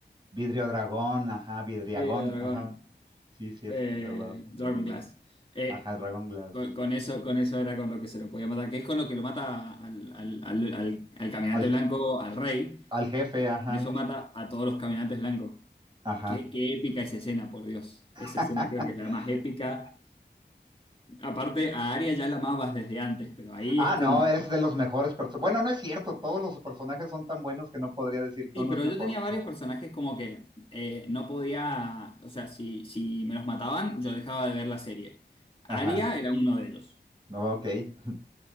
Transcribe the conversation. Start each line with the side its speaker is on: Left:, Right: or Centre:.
Right: Vidrio dragón, ajá, vidriagón,
Left: Vidrio Dragón.
Right: ajá. Sí, sí, es,
Left: Eh,
Right: es verdad,
Left: Dragon
Right: el vidrio.
Left: Glass. Eh,
Right: Ajá, el dragón glass.
Left: con, con eso, con eso era con lo que se lo podía matar, que es con lo que lo mata al, al- al- al- al caminante
Right: Al, je-
Left: blanco, al rey.
Right: al jefe, ajá,
Left: Con eso mata a todos los caminantes blancos.
Right: ajá.
Left: Qué, qué épica esa escena, por Dios. Esa
Right: <laughs>
Left: escena creo que es la más épica. Aparte, a Arya ya la amabas desde antes, pero ahí
Right: Ah,
Left: es como
Right: no, eres de los mejores personajes. Bueno, no es cierto, todos los personajes son tan buenos que no podría decir que
Left: Sí,
Right: uno
Left: pero
Right: es mejor.
Left: yo tenía varios personajes como que eh, no podía, o sea, si, si me los mataban, yo dejaba de ver la serie. Aria
Right: Ajá,
Left: era uno de ellos.
Right: no, ok. <laughs>